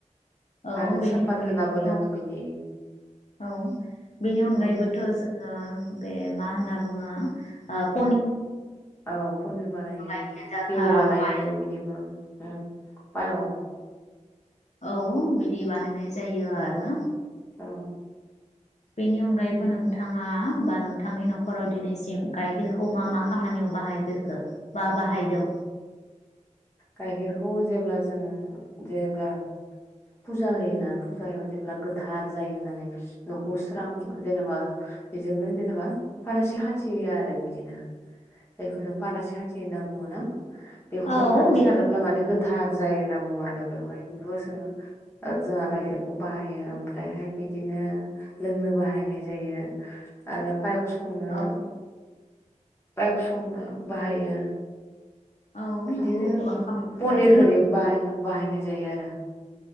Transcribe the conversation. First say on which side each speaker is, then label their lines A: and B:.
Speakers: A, on the left; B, on the left.
A: औ
B: आरो
A: बेनि
B: सापात
A: अनगायै
B: होनाबो
A: बोथ
B: लोङो बिदि
A: औ बेनि अनगायैबोथ
B: औ
A: जोङो बे मा होनना बुङो ओप
B: औ पनिर बानायो
A: गाइखेर
B: घिउ
A: दाखा
B: बानायो
A: पाय
B: बिदिबो उम औ
A: औ बिदि बानायनाय जायो आरो
B: औ
A: बेनि अनगायैबो नोंथाङा बा नोंथांनि न'खराव दिनैसिम गायखेरखौ मा मा खामानियाव बाहायफेरखो बा बाहायदों।
B: गाइखेरखौ जेब्ला जों जेब्ला फुजा होयोना फुजायाव जेब्ला गोथार जायो होननानै नखौ स्रां जेनेबा बेजोंनो जेनेबा फारासि हाथियो आरो बिदिनो जायखौ जों फारासि हाथियो होनना बुङो ना बेवहाय
A: औ
B: मानोस
A: बेखौ
B: सारोब्ला माने गोब थार जायो होनना बुङो आरो बेवहाय बेबो सोङो जोंहा गाइखेरखौ बाहायो ओमफ्रायहाय बिदिनो लोंनो बाहायनाय जायो आरो पाइक संनो
A: औ
B: पाइक संनो बाहायो आर
A: औ
B: बिदिनो
A: नंगौ गोबां खामानियाव
B: पनिर
A: बाहायो
B: होरि बाहायनांगो बाहायनाय जायो आरो